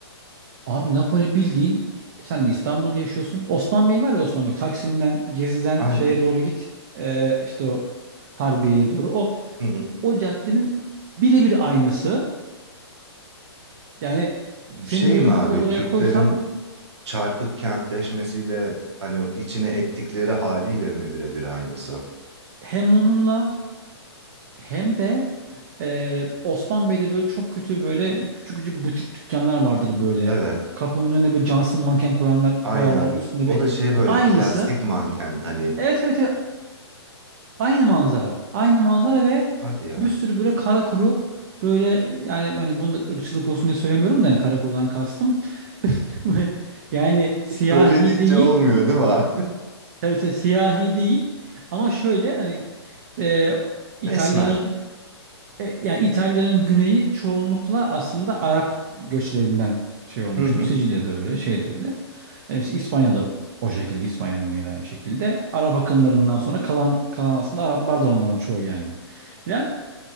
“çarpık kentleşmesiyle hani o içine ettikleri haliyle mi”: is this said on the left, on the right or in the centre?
Right